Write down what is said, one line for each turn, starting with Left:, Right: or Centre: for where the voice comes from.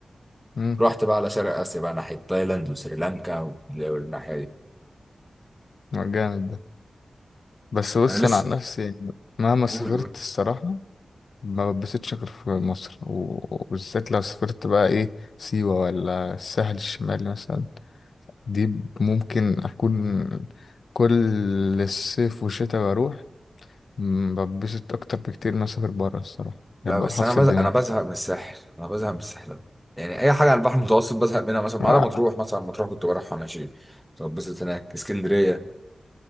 Left: مم.
Centre: رحت بقى على شرق اسيا بقى ناحيه تايلاند وسريلانكا والناحيه دي
Left: جامد ده بس بص
Centre: انا لسه
Left: انا عن نفسي مهما سافرت
Centre: قول قول
Left: الصراحه ما بتبسطش غير في مصر و- وبالذات لو سافرت بقى ايه سيوه ولا الساحل الشمالي مثلا دي ممكن اكون كل الصيف والشتاء بروح م، بتبسط اكتر بكتير ما اسافر بره الصراحه
Centre: لا
Left: يعني بروح
Centre: بس
Left: افصل
Centre: انا بزهق
Left: دماغي
Centre: انا بزهق من الساحل انا بزهق من الساحل أوي. يعني اي حاجه على البحر المتوسط بزهق منها مثلا ما
Left: آه،
Centre: عدا مطروح مثلا مطروح كنت بروحها ماشي طب بس هناك اسكندريه